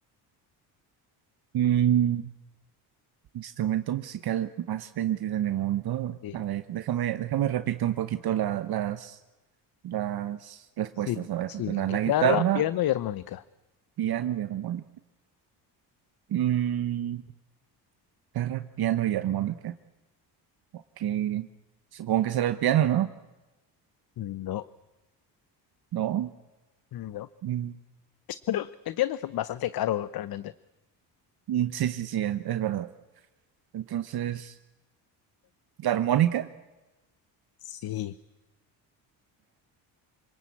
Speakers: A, on the right; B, on the left.
A: Mm, instrumento musical más vendido en el mundo.
B: Sí,
A: A ver, déjame, déjame repito un poquito la- las, las respuestas.
B: sí,
A: A ver,
B: sí.
A: la,
B: Guitarra,
A: la guitarra,
B: piano y armónica.
A: piano y armónica. Mm, guitarra, piano y armónica. Ok. Supongo que será el piano, ¿no?
B: No,
A: ¿No?
B: no.
A: Mm,
B: Pero el piano es bastante caro realmente.
A: mm, sí, sí, sí, es, es verdad. Entonces, ¿la armónica?
B: Sí,